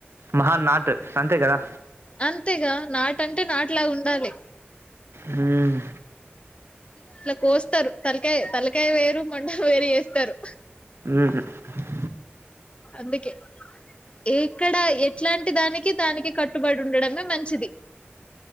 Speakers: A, on the right (about 80°); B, on the left (about 30°).
A: మహా నాట్ అంతే గదా
B: అంతేగా నాట్ అంటే నాట్ లాగా ఉండాలి
A: ఉమ్
B: ఇట్ల కోస్తారు తలకాయ తలకాయ వేరు మొండం వేరు వేస్తారు
A: మ్మ్ హు
B: అందుకే ఎక్కడ ఎట్లాంటి దానికి దానికి కట్ కట్టుబడి ఉండడమే మంచిది